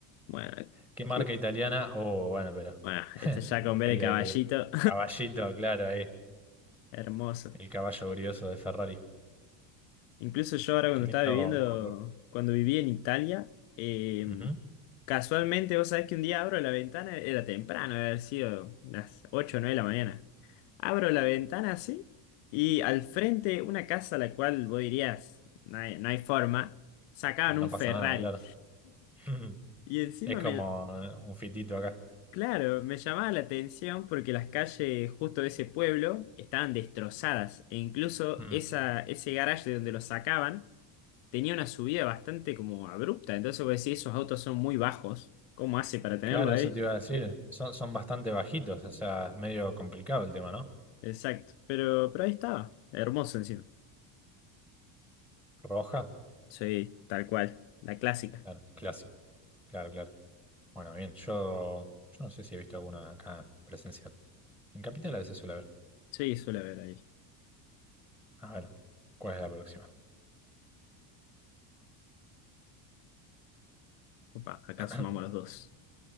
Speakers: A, on the left (about 65°); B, in the centre.
A: Bueno,
B: ¿Qué marca
A: ¿qué?
B: italiana? Oh, bueno, pero...
A: Bueno,
B: <laughs>
A: este ya con B
B: El,
A: de caballito.
B: el caballito, claro, ahí.
A: <laughs> Hermoso.
B: El caballo brioso de Ferrari.
A: Incluso yo ahora cuando
B: Qué lindo
A: estaba viviendo,
B: color.
A: cuando viví en Italia, eh,
B: Ujú.
A: casualmente vos sabés que un día abro la ventana, era temprano, debe haber sido las 8 o 9 de la mañana. Abro la ventana así y al frente una casa a la cual vos dirías, no hay, no hay forma, sacaban
B: No
A: un
B: pasa
A: Ferrari.
B: nada, claro. <laughs>
A: Y encima
B: Es como
A: me,
B: eh, un fitito acá.
A: claro, me llamaba la atención porque las calles justo de ese pueblo estaban destrozadas e incluso
B: Mm.
A: esa, ese garaje de donde lo sacaban. tenía una subida bastante como abrupta. Entonces vos decís, esos autos son muy bajos. ¿Cómo hace para tenerlo
B: Claro,
A: ahí?
B: eso te iba a decir. Son, son bastante bajitos, o sea, es medio complicado el tema, ¿no?
A: Exacto. Pero, pero ahí estaba. Hermoso encima.
B: Roja,
A: Sí, tal cual. La clásica.
B: claro, clásico. Claro, claro. Bueno, bien, yo, yo no sé si he visto alguna acá presencial. En Capital a veces suele haber.
A: Sí, suele haber ahí.
B: A ver, ¿cuál es la próxima?
A: Opa, acá
B: <clears throat>
A: sumamos los dos.